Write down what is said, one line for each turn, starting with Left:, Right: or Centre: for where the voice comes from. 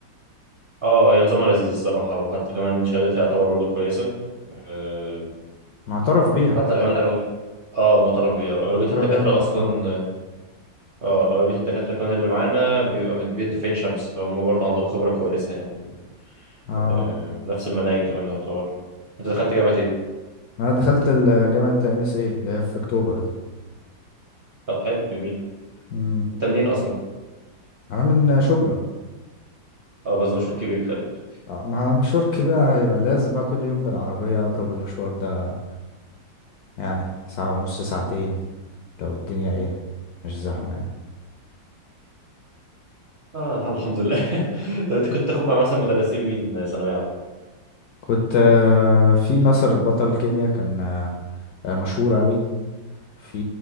Right: آه، هي نظامها لذيذ الصراحة وحتى كمان شهادتها يعتبر برضو كويسة آه،
Left: معترف بيها
Right: حتى كمان أغلب اه معترف بيها وأغلبية
Left: معترف
Right: الدكاترة
Left: بيها من النقابه
Right: أصلا اه آه، أغلبية الدكاترة كمان اللي معانا بيبقى مت- بيدوا في عين شمس فهم برضو عندهم خبرة كويسة يعني
Left: اه
Right: آه، نفس المناهج كمان يعتبر أنت دخلت جامعة إيه؟
Left: انا دخلت ال- جامعة ام اس اي اللي هي في اكتوبر دي
Right: طب حلو جميل
Left: امم
Right: أنت منين أصلا؟
Left: انا من شبرا
Right: اه بس ده مشوار كبير خلي بالك
Left: آه، مع مشوارك بقى يبقى لازم بقى كل يوم بالعربية اضرب المشوار ده يعني ساعة ونص ساعتين لو الدنيا ايه مش زحمة يعني
Right: اه الحمد لله <laughs> طب أنت كنت تاخد مع مثلا مدرسين مين ثانوية عامة؟
Left: كنت آه، في ناصر البطل كيمياء كان آه، آه، مشهور اوي في